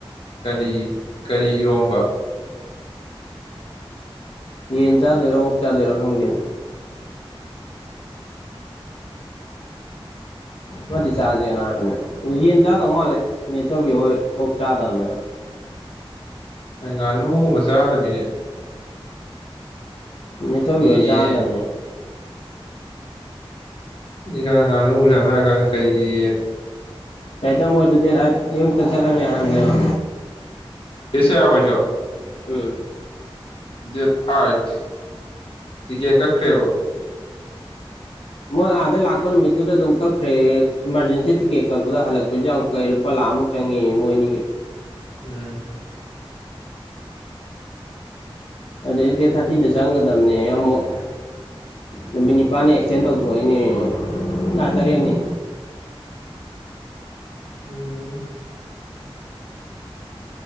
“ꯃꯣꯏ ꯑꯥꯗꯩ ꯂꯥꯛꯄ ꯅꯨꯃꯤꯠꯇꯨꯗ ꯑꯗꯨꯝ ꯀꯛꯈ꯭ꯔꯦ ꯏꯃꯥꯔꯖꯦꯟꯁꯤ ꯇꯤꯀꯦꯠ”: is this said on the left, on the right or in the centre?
Left